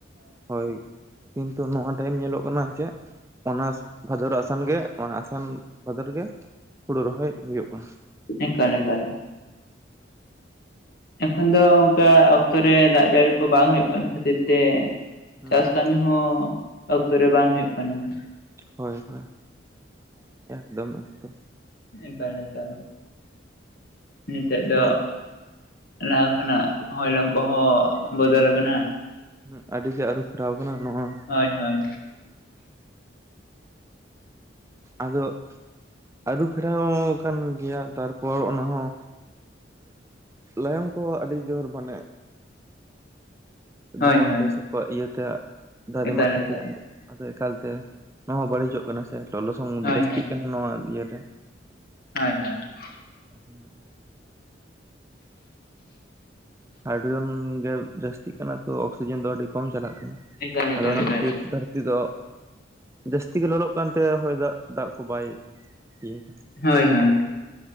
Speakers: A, on the right; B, on the left.
A: ᱦᱳᱭ ᱾ ᱠᱤᱱᱛᱩ ᱱᱚᱣᱟ ᱴᱟᱭᱤᱢ ᱧᱮᱞᱚᱜ ᱠᱟᱱᱟ ᱪᱮᱫ, ᱚᱱᱟ ᱵᱷᱟᱫᱚᱨ ᱟᱥᱟᱱ ᱜᱮ ᱚᱱᱟ ᱟᱥᱟᱱ ᱵᱷᱟᱫᱚᱨ ᱜᱮ ᱦᱩᱲᱩ ᱨᱚᱦᱚᱭ ᱦᱩᱭᱩᱜ ᱠᱟᱱᱟ ᱾
B: ᱮᱠᱟᱞ ᱮᱠᱟᱞ ᱾ ᱮᱠᱷᱚᱱ ᱫᱚ ᱚᱱᱠᱟ ᱚᱠᱛᱚ ᱨᱮ ᱫᱟᱜ ᱡᱟᱹᱲᱤ ᱠᱚ ᱵᱟᱝ ᱦᱩᱭᱩᱜ ᱠᱟᱱ ᱠᱷᱟᱹᱛᱤᱨ ᱛᱮ
A: ᱦᱩᱸ
B: ᱪᱟᱥ ᱠᱟᱹᱢᱤ ᱦᱚᱸ ᱚᱠᱛᱚ ᱨᱮ ᱵᱟᱝ ᱦᱩᱭᱩᱜ ᱠᱟᱱᱟ ᱾
A: ᱦᱳᱭ ᱦᱳᱭ ᱮᱠᱫᱚᱢ ᱮᱠᱫᱚᱢ ᱾
B: ᱮᱠᱟᱞ ᱮᱠᱟᱞ᱾ ᱱᱤᱛᱚᱜ ᱫᱚ
A: ᱟᱫᱚ
B: ᱞᱟᱦᱟ ᱠᱷᱚᱱᱟᱜ ᱦᱚᱭᱞᱚᱝ ᱠᱚᱦᱚᱸ ᱵᱚᱫᱚᱞ ᱟᱠᱟᱱᱟ ᱾
A: ᱦᱩᱸ ᱟᱹᱰᱤ ᱜᱮᱴᱮ ᱟᱹᱨᱩ ᱯᱷᱮᱨᱟᱣ ᱟᱠᱟᱱᱟ ᱾ ᱱᱚᱣᱟ
B: ᱦᱳᱭ ᱦᱳᱭ
A: ᱟᱫᱚ ᱟᱹᱨᱩ ᱯᱷᱮᱨᱟᱣ ᱟᱠᱟᱱ ᱜᱮᱭᱟ ᱛᱟᱨᱯᱚᱨ ᱚᱱᱟ ᱦᱚᱸ ᱞᱟᱭᱚᱝ ᱠᱚ ᱟᱹᱰᱤ ᱡᱳᱨ ᱢᱟᱱᱮ
B: ᱦᱳᱭ
A: ᱫᱷᱩᱣᱟᱹ
B: ᱦᱳᱭ
A: ᱛᱮ ᱥᱮᱠᱚᱣᱟᱜ ᱤᱭᱟᱹᱛᱮ ᱫᱟᱨᱮ
B: ᱮᱠᱟᱞ
A: ᱢᱟᱜ ᱠᱷᱟᱹᱛᱤᱨ
B: ᱮᱠᱟᱞ
A: ᱟᱫᱚ ᱮᱠᱟᱞ ᱛᱮ ᱱᱚᱣᱟ ᱵᱟᱹᱲᱤᱡᱚᱜ ᱠᱟᱱᱟ ᱥᱮ ᱞᱚᱞᱚᱥᱚᱝ
B: ᱦᱳᱭ
A: ᱡᱟᱹᱥᱛᱤᱜ ᱠᱟᱱᱟ ᱱᱚᱣᱟ ᱤᱭᱟᱹ ᱨᱮ
B: ᱦᱚᱭ ᱦᱚᱭ ᱾
A: <unintelligible> ᱦᱟᱭᱰᱨᱳᱡᱚᱱ ᱜᱮ ᱡᱟᱹᱥᱛᱤᱜ ᱠᱟᱱᱟ ᱛᱚ ᱚᱠᱥᱤᱡᱮᱱ ᱫᱚ ᱟᱹᱰᱤ ᱠᱚᱢ ᱪᱟᱞᱟᱜ ᱠᱟᱱᱟ
B: ᱮᱠᱟᱞ ᱮᱠᱟᱞ
A: ᱟᱫᱚ ᱚᱱᱟ
B: ᱮᱠᱟᱞ
A: ᱠᱷᱟᱹᱛᱤᱨ ᱫᱷᱟᱨᱮ ᱛᱤ ᱫᱚᱜ ᱡᱟᱹᱥᱛᱤ ᱜᱮ ᱞᱚᱞᱚᱜ ᱠᱟᱱᱛᱮ ᱦᱚᱭ ᱫᱟᱜ ᱫᱟᱜ ᱠᱩ ᱵᱟᱭ ᱤᱭᱟᱹᱭᱫᱟ᱾
B: ᱦᱳᱭ ᱦᱳᱭ